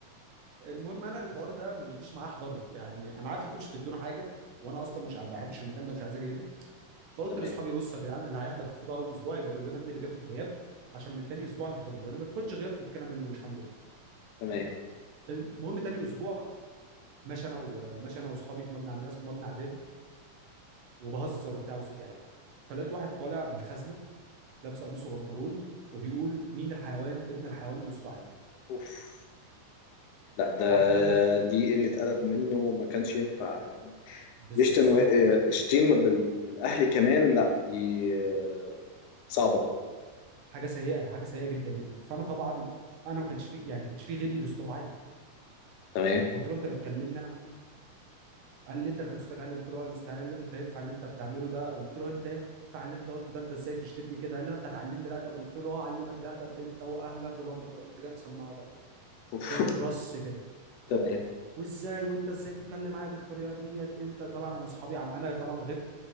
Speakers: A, on the right (about 75°); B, on the left (about 75°).
A: المهم انا الحوار ده ما بيجيش معايا احضره يعني انا عارف انتوا مش هتدونا حاجه وانا اصلا مش ما بحبش المكان ده مش عايز اجي هنا فقلت
B: تمام
A: لاصحابي بصوا يا جدعان اللي هيحضر فيكم اول اسبوع يبقى يقول لنا مين اللي بياخد غياب عشان من تاني اسبوع نحضر له اللي ما بياخدش غياب فكنا منه مش هنروح
B: تمام
A: المهم تاني اسبوع ماشي انا وماشي انا واصحابي في مبنى عندنا اسمه مبنى اعدادي وبهزر وبتاع وصوتي عالي فلقيت واحد طالع من الخزنه لابس قميص وبنطلون وبيقول مين الحيوان ابن الحيوان الاستعان
B: اوف لا ده
A: فاحنا
B: دي قله ادب منه ما كانش ينفع يعني
A: بالظبط
B: يشتم و- آه، يشتم بال- بالاهل كمان لا دي آه، صعبه
A: حاجه سيئه حاجه سيئه جدا يعني فانا طبعا انا ما كانش في يعني ما كانش في غيري اللي استوعب علي
B: تمام
A: قلت له انت بتكلمني انا قال لي انت اللي كنت استوعب علي قلت له اه اللي استوعب علي انت ينفع اللي انت بتعمله ده قلت له انت ينفع اللي انت قلته ده انت ازاي تشتمني كده قال لي آه، انت هتعلمني الادب قلت له اه اعلمك الادب انت واهلك ولو ما تر- قمت جاي مسمعه بقى ايه
B: أوف،
A: شويه رص كده
B: تمام
A: وازاي وانت ازاي تتكلم معايا بالطريقه ديت انت طبعا انا اصحابي عم انا طبعا غبت